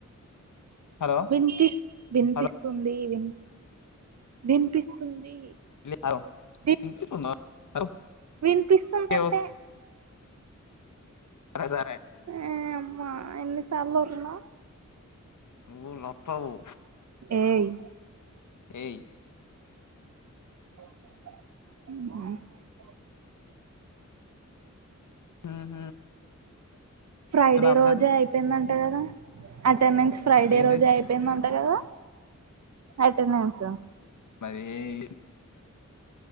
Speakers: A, on the left (about 75°); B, on the right (about 60°).
A: హలో
B: విన్పిస్తూ విన్పిస్తూ
A: హలో
B: స్తుంది. వినిపిస్తుంది.
A: <unintelligible>
B: విన్ వినిపిస్తుందంటే
A: సరే సరే
B: ఎ అమ్మా ఎన్ని సార్లు ఓర్వినవ్.
A: నువ్వు లప్పవు.
B: ఎయ్
A: ఎయి
B: ఉ
A: ఉం
B: ఫ్రైడే
A: అప్సరీ
B: రోజే అయిపోయింద. అట కదా. మీన్స్ ఫ్రాడే
A: ఏంటి
B: రోజే అయిపోయిద ఎంట కదా అటెండన్స్.
A: ఏయీ